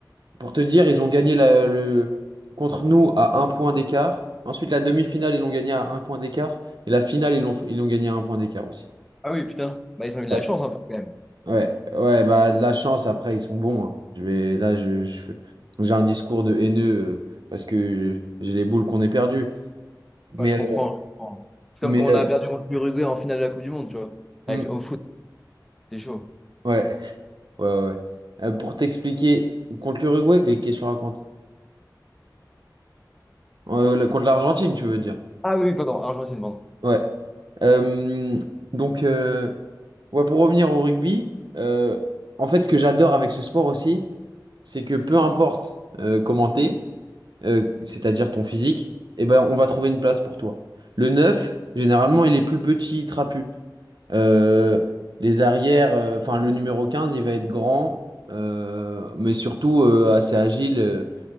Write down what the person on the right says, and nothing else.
pour te dire, ils ont gagné la, le contre nous à un point d'écart. Ensuite, la demi-finale, ils l'ont gagné à un point d'écart et la finale, ils l'ont ils l'ont gagné à un point d'écart aussi.
Ouais.
Ouais, ouais, bah de la chance. Après, ils sont bons. hein. Je vais là, je, je fais- j'ai un discours de haineux euh, parce que j'ai les boules qu'on ait perdues. Mais
euh,
mais
euh,
mm,
ouais. Ouais, ouais. ouais. Euh, pour t'expliquer, contre l'Uruguay, que- qu'est-ce que tu racontes? Euh, la- contre l'Argentine, tu veux dire?
Ouais. Euh, donc, euh, ouais, pour revenir au rugby, euh, en fait, ce que j'adore avec ce sport aussi, c'est que peu importe euh, comment t'es, euh, c'est-à-dire ton physique, eh ben, on va trouver une place pour toi. Le 9 généralement, il est plus petit, trapu. Euh, les arrières, euh, enfin, le numéro 15, il va être grand, euh, mais surtout euh, assez agile. euh,